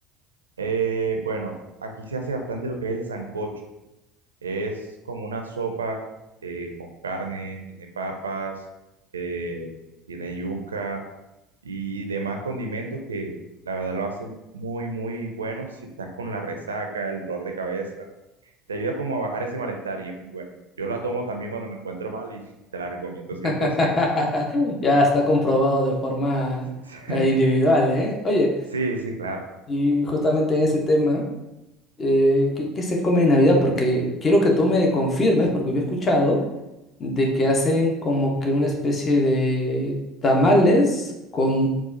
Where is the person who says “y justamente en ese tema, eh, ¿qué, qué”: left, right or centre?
Left